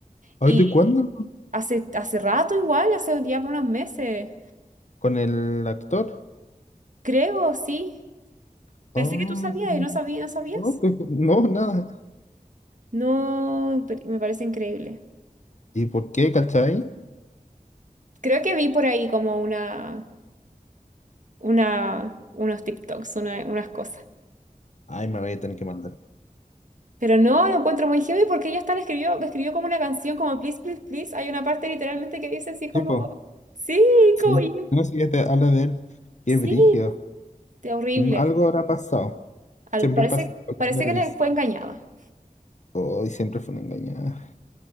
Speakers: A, on the left; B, on the right.
A: ¿Hoy
B: Y
A: de cuándo?
B: hace, hace rato igual, hace ya unos meses,
A: Con el actor.
B: creo, sí. Pensé
A: Ay,
B: que tú sabías y no sabía, ¿no sabías?
A: no, que- no, nada.
B: No, pero me parece increíble.
A: ¿Y por qué, cachai?
B: Creo que vi por ahí como una, una, unos TikToks, una- unas cosas.
A: Ay, me voy a tener que mandar.
B: Pero no, lo encuentro muy heavy porque ella hasta le escribió, le escribió como una canción como Please, Please, Please. Hay una parte literalmente que dice así como,
A: Tipo,
B: sí,
A: sí.
B: como,
A: po,
B: y-
A: sí. No, sí, ya te habla de él. Qué
B: sí,
A: brígido.
B: de horrible.
A: Mm, Algo habrá pasado.
B: Algo,
A: Siempre
B: parece,
A: pasa con
B: parece
A: las girlies.
B: que le fue engañada.
A: Hoy siempre fueron engañadas.